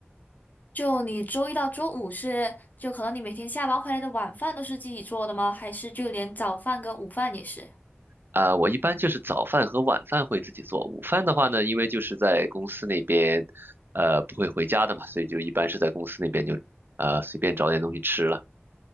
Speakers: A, on the left; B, on the right.
A: 就你周一到周五是，就可能你每天下班回来的晚饭都是自己做的吗？还是就连早饭跟午饭也是？
B: 啊，我一般就是早饭和晚饭会自己做，午饭的话呢，因为就是在公司那边，呃，不会回家的嘛，所以就一般是在公司那边就呃随便找点东西吃了。